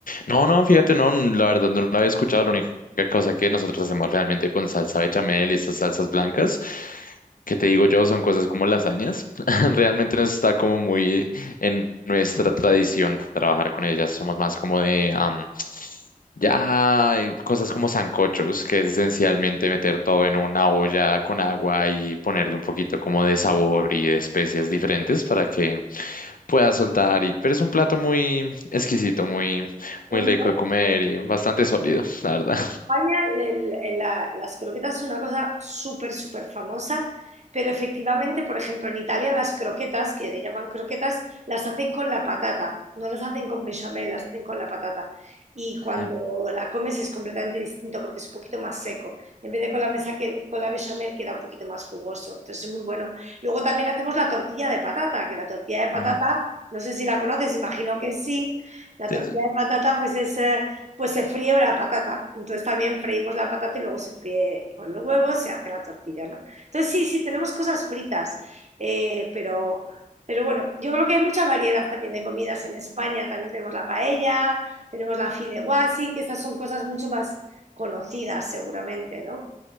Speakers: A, on the left; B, on the right.
A: No, no, fíjate, no, la verdad no lo había escuchado. La única cosa que nosotros hacemos realmente con salsa bechamel y estas salsas blancas, que te digo yo, son cosas como lasañas. <laughs> Realmente no está como muy en nuestra tradición trabajar con ellas. Somos más como de am, ya eh, cosas como sancochos, que es esencialmente meter todo en una olla con agua y ponerle un poquito como de sabor y de especias diferentes para que pueda soltar. Y, pero es un plato muy exquisito, muy
B: En-
A: muy rico de comer y bastante sólido, <laughs> la verdad.
B: España el- el- la- las croquetas es una cosa súper, súper famosa, pero efectivamente, por ejemplo, en Italia las croquetas, que le llaman croquetas, las hacen con la patata, no las hacen con bechamel, las hacen con la patata. Y
A: Ujú,
B: cuando la comes es completamente distinto porque es un poquito más seco. En vez de con la mesa que, con la bechamel queda un poquito más jugoso, entonces es muy bueno. Luego también hacemos la tortilla de patata, que la tortilla de patata,
A: ujú.
B: no sé si la conoces, imagino que sí. La
A: Sí,
B: tortilla
A: sí,
B: de patata pues es... eh, pues se fríe la patata. Entonces también freímos la patata y luego se fríe con los huevos, se hace la tortilla, ¿no? Entonces sí, sí, tenemos cosas fritas, eh, pero, pero bueno, yo creo que hay mucha variedad también de comidas en España. También tenemos la paella, tenemos la fideuá, sí, que estas son cosas mucho más conocidas seguramente, ¿no?